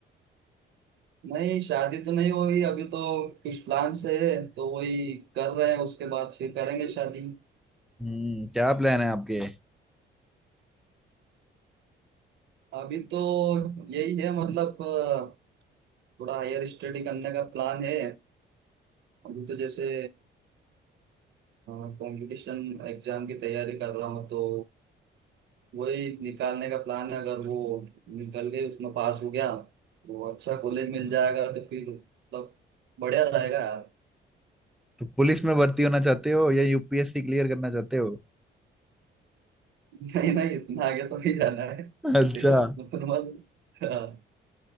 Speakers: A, on the right; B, in the centre.
A: नहीं शादी तो नहीं हो रही अभी तो कुछ प्लान से है तो वही कर रहे हैं उसके बाद फिर करेंगे शादी
B: हम्म क्या प्लान है आपके
A: अभी तो यही है मतलब अ, थोड़ा हायर स्टडी करने का प्लान है अभी तो जैसे कंपटीशन एग्जाम की तैयारी कर रहा हूँ तो वही निकालने का प्लान है अगर वो निकल गई उसमें पास हो गया तो अच्छा कॉलेज मिल जाएगा तो फिर मतलब बढ़िया रहेगा यार
B: तो पुलिस में भर्ती होना चाहते हो या यूपीएससी क्लियर करना चाहते हो
A: नहीं नहीं इतना आगे तो नहीं जाना है
B: अच्छा
A: नॉर्मल नॉर्मल